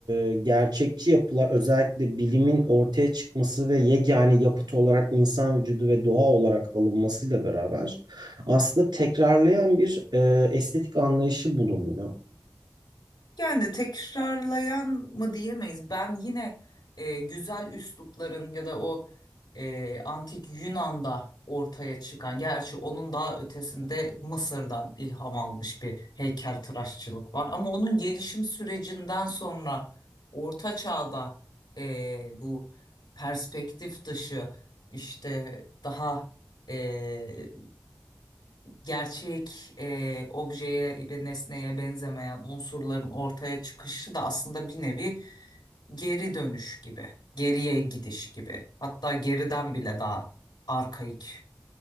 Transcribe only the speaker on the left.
Yani tekrarlayan mı diyemeyiz. Ben yine e, güzel üslupların ya da o e, antik Yunan'da ortaya çıkan, gerçi onun daha ötesinde Mısır'dan ilham almış bir heykeltıraşçılık var. Ama onun gelişim sürecinden sonra Orta Çağ'da e, bu perspektif dışı işte daha e, gerçek e, objeye ve nesneye benzemeyen unsurların ortaya çıkışı da aslında bir nevi geri dönüş gibi, geriye gidiş gibi. Hatta geriden bile daha arkaik